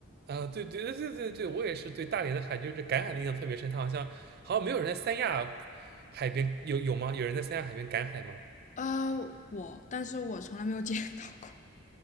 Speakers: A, on the right; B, on the left.
A: 啊、对对对对对对，我也是对大连的海，就是赶海的印象特别深。它好像好像没有人在三亚海边有有吗？有人在三亚海边赶海吗？
B: 呃，我，但是我从来没有 <laughs> 见到过。